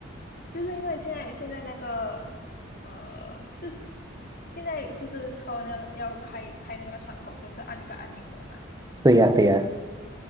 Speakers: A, on the left; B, on the right.
A: 就是因为现在现在那个呃，就是现在不是车那个要开开那个窗口，就是按一个按钮了嘛。
B: 对呀、对呀、